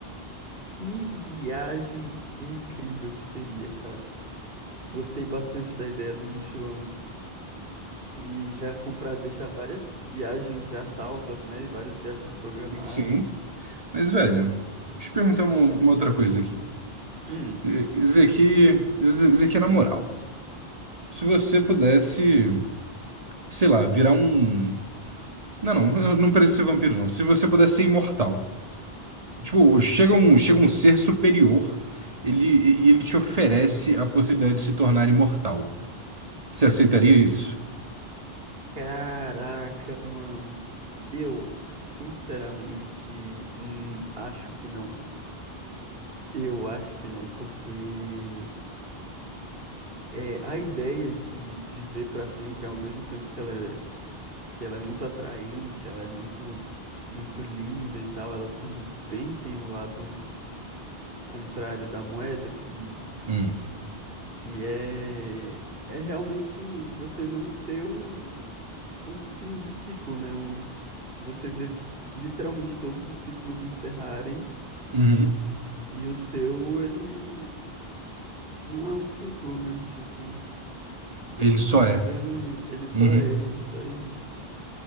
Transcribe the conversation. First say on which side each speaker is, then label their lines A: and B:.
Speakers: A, on the right; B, on the right.
A: que viagem incrível que seria, cara. Gostei bastante da ideia do mochilão e já comprar, deixar várias viagens já salvas, né? Várias viagens programadas.
B: Sim. Mas, velho, deixa eu perguntar uma, uma outra coisa aqui.
A: Hum,
B: E- Isso aqui, isso aqui é na moral. Se você pudesse, sei lá, virar um. Não, não, <laughs> não precisa ser vampiro, não. Se você pudesse ser imortal, Tipo, chega um, chega um ser superior, ele, e ele te oferece a possibilidade de se tornar imortal. Você aceitaria isso?
A: caraca, mano. Eu, sinceramente, hum, acho que não. Eu acho que não, porque É, a ideia de viver para sempre, ao mesmo tempo que ela é, que ela é muito atraente, ela é muito, muito linda e tal, ela também tem o lado contrário da moeda, que,
B: Hum.
A: que é, é realmente você não ter um, um fim de ciclo, né? Um, você vê literalmente todos os ciclos encerrarem
B: Uhum.
A: e o seu, ele não é um ciclo, né? Tipo,
B: Ele só
A: estranho,
B: é.
A: ele só
B: Uhum.
A: é, ele só existe.